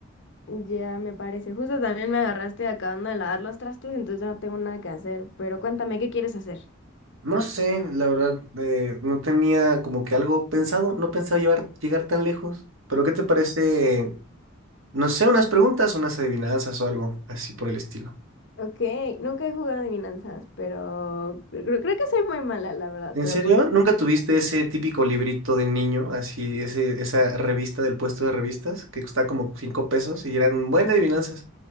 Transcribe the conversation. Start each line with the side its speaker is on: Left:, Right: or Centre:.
Left: Ya me parece. Justo también me agarraste acabando de lavar los trastes, entonces ya no tengo nada que hacer. Pero cuéntame, ¿qué quieres hacer?
Right: No sé, la verdad, eh, no tenía como que algo pensado. No pensaba llevar, llegar tan lejos. Pero ¿qué te parece? No sé, unas preguntas, unas adivinanzas o algo así por el estilo.
Left: Ok, nunca he jugado adivinanzas, pero creo, creo que soy muy mala, la verdad,
Right: ¿En
Left: pero
Right: serio?
Left: pod-
Right: ¿Nunca tuviste ese típico librito de niño, así, ese, esa revista del puesto de revistas, que costaba como cinco pesos y eran buenas adivinanzas